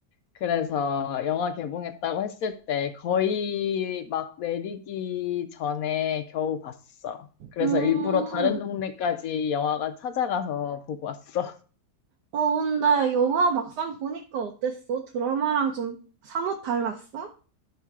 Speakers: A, on the left; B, on the right.
A: 그래서 영화 개봉했다고 했을 때 거의 막 내리기 전에 겨우 봤어. 그래서
B: 음,
A: 일부러 다른 동네까지 영화관 찾아가서 보고 왔어.
B: 어, 근데 영화 막상 보니까 어땠어? 드라마랑 좀 사뭇 달랐어?